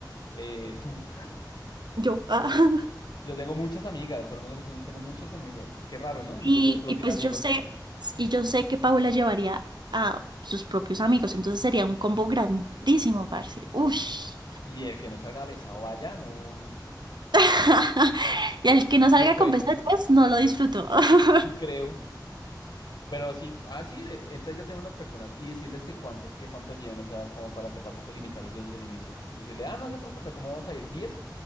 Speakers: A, on the left; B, on the right.
A: eh, tú.
B: Yo. ah.
A: Yo tengo muchas amigas, por alguna razón yo tengo muchas amigas. Qué raro, ¿no?
B: Y,
A: Y usted solo
B: y
A: tiene
B: pues
A: amigos.
B: yo sé, y yo sé que Paola llevaría a sus propios amigos, entonces sería un combo grandísimo, parce. Ush.
A: Y el que no salga besado allá no,
B: <laughs> Y al que no salga
A: no fue,
B: con pesetas, no lo disfruto. <laughs>
A: sí creo. Pero sí, ah, sí, de- entonces ya tenemos las personas. Y decirles de cuánto, que cuánto lleven, o sea, como para que tampoco limitarlos desde el inicio. Decirle, ah, no se preocupe, ¿cómo vamos a ir? diez